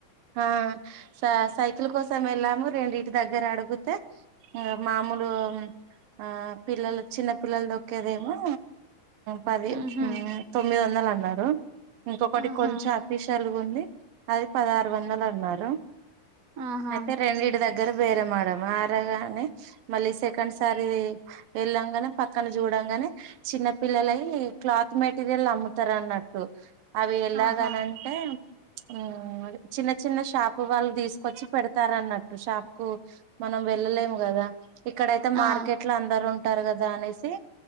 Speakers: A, on the right (about 80°); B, on the right (about 45°).
A: ఆ స సైకిల్ కోసం వెళ్ళాము రెండిటి దగ్గర అడుగితే ఇంగ మామూలు ఆ పిల్లలు చిన్న పిల్లలు దొక్కేదేమో పది ఆ
B: ఉహు
A: తొమ్మిది వందలు అన్నారు. ఇంకొకటి
B: ఆహా
A: కొంచెం అఫీష్ లుగుంది అది పదహారు వందలు అన్నారు.
B: ఆహా
A: అయితే రెండిటి దగ్గర బేరంఆడాం ఆడగానే మళ్ళీ సెకండ్ సారిది వెళ్ళాంగానే పక్కన చూడంగానే చిన్న పిల్లలవి క్లాత్ మెటీరియల్ అమ్ముతారు అన్నట్టు అవి ఎలాగనంటే
B: ఆహా
A: ము చిన్న చిన్న షాప్ వాళ్ళు తీసుకొచ్చి పెడతారు అన్నట్టు షాప్ కు మనం వెళ్ళలేము కదా ఇక్కడయితే మార్కెట్లో
B: ఆ
A: అందరు ఉంటారు కదా అనేసి